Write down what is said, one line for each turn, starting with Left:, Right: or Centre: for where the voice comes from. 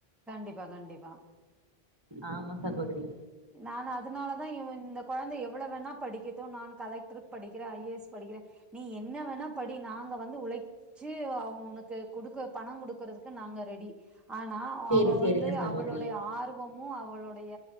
Centre: கண்டிப்பா கண்டிப்பா
Right: ஆமா சகோதரி
Centre: நானு அதனாலதா இவு இந்த கொழந்தை எவ்வள வேணா படிக்கட்டு நானு கலெக்ட்ருக்கு படிக்கிறே ஐஏஸ் படிக்கிறே நீ என்ன வேணா படி நாங்க வந்து உழைச்சு அவுங்க உனக்கு குடுக்க பண குடுக்குறதுக்கு நாங்க ரெடி ஆனா
Right: சேரி
Centre: அவ
Right: சேரிங்க
Centre: வந்து
Right: சகோதரி
Centre: அவளுடைய ஆர்வம் மு அவளுடைய